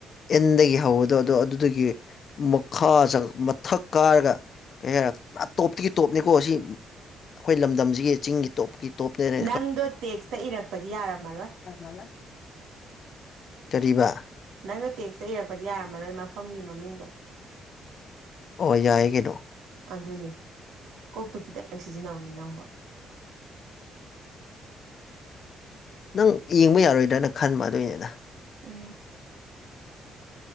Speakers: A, on the left (about 55°); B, on the right (about 85°).
A: ꯑꯦꯟꯗꯒꯤ ꯍꯧꯕꯗꯣ ꯑꯗꯣ ꯑꯗꯨꯗꯒꯤ ꯃꯈꯥ ꯃꯊꯛ ꯀꯥꯔꯒ ꯀꯩ ꯍꯥꯏꯔꯦ ꯄꯨꯔꯥ ꯇꯣꯞꯇꯒꯤ ꯇꯣꯞꯅꯤꯀꯣ ꯑꯁꯤ ꯑꯩꯈꯣꯏ ꯂꯝꯗꯝꯁꯤꯒꯤ ꯆꯤꯡꯒꯤ ꯇꯣꯞꯀꯤ ꯇꯣꯞꯅꯦꯅ
B: ꯅꯪꯗꯣ ꯇꯦꯛꯁꯇ ꯏꯔꯛꯄꯗꯤ ꯌꯥꯔꯝꯃꯔꯣꯏ
A: ꯍꯂ <unintelligible> ꯀꯔꯤꯕ
B: ꯅꯪꯅꯣ ꯇꯦꯛꯁꯇ ꯏꯔꯛꯄꯗꯤ ꯌꯥꯔꯝꯃꯔꯣꯏ ꯃꯐꯝꯒꯤ ꯃꯃꯤꯡꯗꯣ
A: ꯑꯣ ꯌꯥꯏ ꯀꯩꯅꯣ
B: ꯑꯗꯨꯅꯦ ꯀꯣꯛꯇꯨ ꯈꯤꯇꯪ ꯁꯤꯖꯤꯟꯅꯧꯅꯦ ꯅꯪꯕꯣ
A: ꯅꯪ ꯌꯦꯡꯕ ꯌꯥꯔꯣꯏꯗ꯭ꯔꯅ ꯈꯟꯕ ꯑꯗꯨꯏꯅꯤꯗ
B: ꯎꯝ